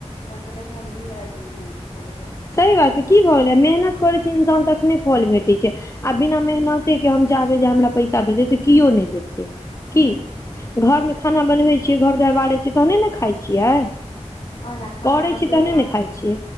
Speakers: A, on the left; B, on the left.
A: ह तऽ देख हम भीराट मलबै
B: सही बात की भऽ गेलै मेहनत करै छै इंसान तक नय फल भेटैत छै आ बिना मेहनते के हम चाहबै जे हमरा पैसा देते तऽ किओ नय देते क
A: उहूँ
B: घरमे खाना बनबै छियै घर दरबारैत छियै तहने ने खाइ छियै
A: ओना खाना
B: करै
A: बनबैत
B: छी तहने
A: रहब
B: ने खाइत छियै